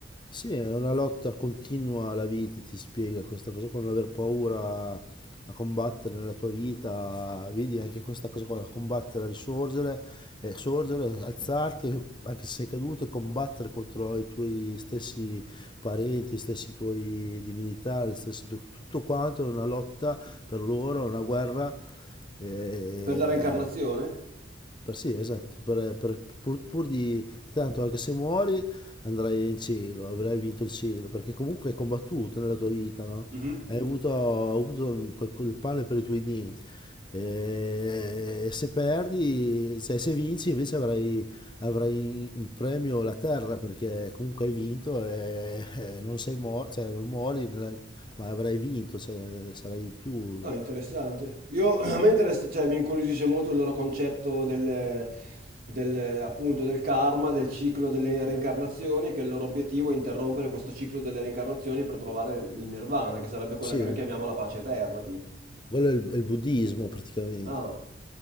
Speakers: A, on the left; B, on the right.
A: sì, è una lotta continua alla vita, ti spiega questa cosa qua, non aver paura a combattere nella tua vita, vedi anche questa cosa qua, combattere, risorgere, eh, sorgere, alzarti, anche se sei caduto, e combattere contro i tuoi stessi parenti, i stessi tuoi divinità, le stesse tue- tutto quanto è una lotta per loro, è una guerra. eh,
B: Per la reincarnazione?
A: per sì, esatto, per- per- pur, pur di tanto anche se muori andrai in cielo, avrai vinto il cielo, perché comunque hai combattuto nella tua vita, no?
B: Mhm.
A: Hai avuto, hai avuto quel- quel pane per i tuoi denti. E, e se perdi, se, se vinci invece avrai, avrai in premio la terra, perché comunque hai vinto e, e non sei morto, cioè non muori, non hai- ma avrai vinto, cioè sarai tu.
B: Ah, interessante. Io, <clears throat> a me interessa, cioè, mi incuriosisce molto il loro concetto del, del, appunto, del karma, del ciclo delle reincarnazioni, che il loro obiettivo è interrompere questo ciclo delle reincarnazioni per trovare il nirvana, che sarebbe quella
A: Sì,
B: che noi chiamiamo la pace eterna, tipo.
A: quello è il è il buddismo praticamente.
B: Ah.